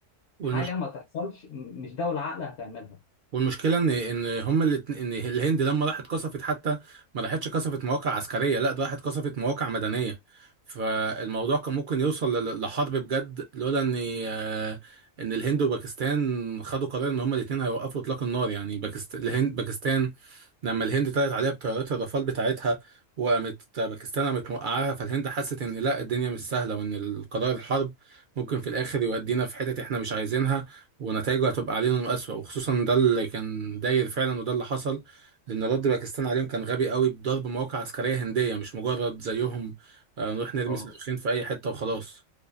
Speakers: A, on the right; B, on the left.
A: والمشكلة
B: حاجه ما تحصلش م- مش دوله عاقله هتعملها
A: والمشكله ان ان هم اللي ان الهند لما راحت قصفت حتى ما راحتش قصفت مواقع عسكريه لا ده راحت قصفت مواقع مدنيه فالموضوع كان ممكن يوصل ل- لحرب بجد لولا ان آه، ان الهند وباكستان خدوا قرار ان هم الاثنين هيوقفوا اطلاق النار يعني باكستان الهند باكستان لما الهند طلعت عليها بطيارات الرافال بتاعتها وقامت باكستان قامت موقعاها فالهند حست ان لا الدنيا مش سهله وان القرار الحرب ممكن في الاخر يودينا في حتت احنا مش عايزينها ونتائجه هتبقى علينا اسوأ وخصوصا ده اللي كان داير فعلا وده اللي حصل لان رد باكستان عليهم كان غبي قوي بضرب مواقع عسكريه هنديه مش مجرد زيهم آه، نروح نرمي
B: اه
A: صاروخين في اي حته وخلاص